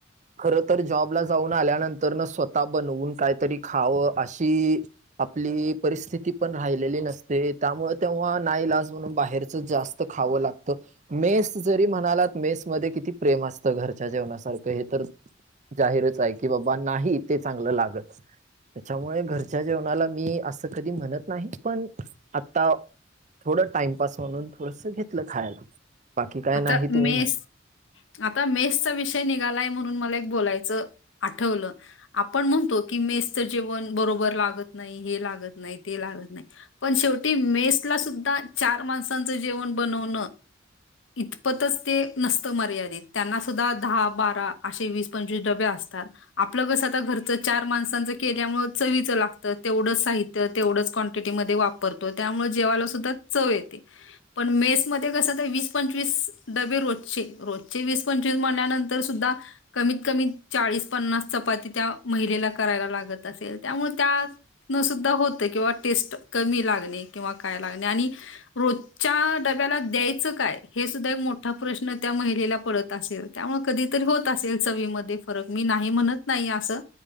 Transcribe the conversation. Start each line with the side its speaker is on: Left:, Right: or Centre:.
Right: खर तर जॉबला जाऊन आल्यानंतर न स्वतः बनवून काहीतरी खावं अशी आपली परिस्थिती पण राहिलेली नसते त्यामुळं तेव्हा नाईलाज म्हणून बाहेरच जास्त खाव लागत मेस जरी म्हणालात मेस मध्ये किती प्रेम असतं घरच्या जेवणासारखं हे तर जाहीरच आहे, की बाबा नाही ते चांगलं लागत. त्याच्यामुळे घरच्या जेवणाला मी असं कधी म्हणत नाही पण आत्ता थोडं टाईमपास म्हणून थोडसं घेतलं खायला बाकी काय
Left: आता
Right: नाही तुम्ही
Left: मेस
Right: म्हण
Left: आता मेसचा विषय निघालाय म्हणून मला एक बोलायचं आठवलं. आपण म्हणतो की मेस जेवण बरोबर लागत नाही, हे लागत नाही, ते लागत नाही पण शेवटी मेसला सुद्धा चार माणसांचं जेवण बनवणं इतपतच ते नसतं मर्यादित त्यांना सुद्धा दहा बारा असे वीस पंचवीस डबे असतात. आपलं कसं आता घरचं चार माणसांचं केल्यामुळे चवीचं लागतं. तेवढंच साहित्य- त्य तेवढंच क्वांटिटीमध्ये वापरतो त्यामुळे जेवायला सुद्धा चव येते. पण मेस मध्ये कसं तर वीस पंचवीस डबे रोजचे, रोजचे वीस पंचवीस म्हणल्या नंतर सुद्धा कमीत कमी चाळीस पन्नास चपाती त्या महिलेला करायला लागत असेल. त्यामुळे त्या तन सुद्धा होतय किंवा टेस्ट कमी लागणे किंवा काय लागणे आणि रोजच्या डब्याला द्यायचं काय? हे सुद्धा एक मोठा प्रश्न त्या महिलेला पडत असेल त्यामुळे कधीतर होत असेल चवीमध्ये फरक मी नाही म्हणत नाही असं,